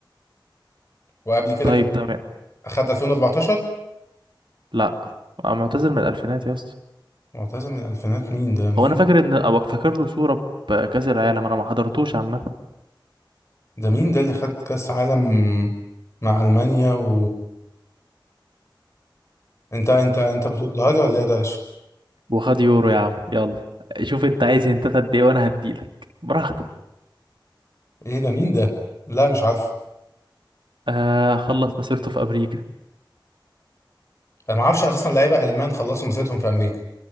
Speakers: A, on the left; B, on the right.
A: وقبل كده
B: طيب
A: كان
B: تمام
A: اخد 2014
B: لا آه، معتذر من الالفينات يا اسطى
A: معتزل من الالفينات مين ده مين
B: هو انا فاكر ان او فاكر له صورة بكاس العالم انا ما حضرتوش عامة
A: ده مين ده اللي خد كاس عالم مع المانيا و انت انت انت بتقولها لي ولا ايه ده
B: وخد يورو يا عم يلا شوف انت عايز انت قد ايه وانا هديلك براحتك
A: ايه ده مين ده؟ لا مش عارفه
B: آه خلص مسيرته في امريكا
A: انا ما اعرفش اساسا لعيبه المان خلصوا مسيرتهم في امريكا